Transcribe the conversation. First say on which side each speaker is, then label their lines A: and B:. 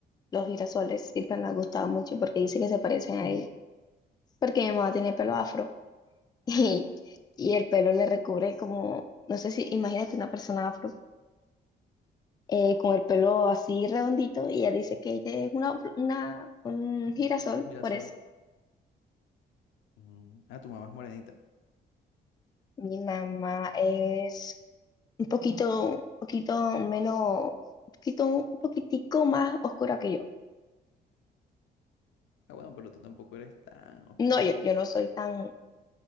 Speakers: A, on the left; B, on the left.
A: Los girasoles siempre le han gustado mucho porque dice que se parecen a ella. Porque mi mamá tiene pelo afro <laughs> y, y el pelo le recubre como, no sé si, imagínate una persona afro eh, con el pelo así redondito y ella dice que ella es una, una- un girasol,
B: Girasol.
A: por eso.
B: mm, Ah, tu mamá es morenita.
A: Mi mamá es un poquito, un poquito menos, un poquito, un poquitico más oscura que yo.
B: Ah, bueno, pero tú tampoco eres tan oscura.
A: No, yo,
B: de-
A: yo no soy tan,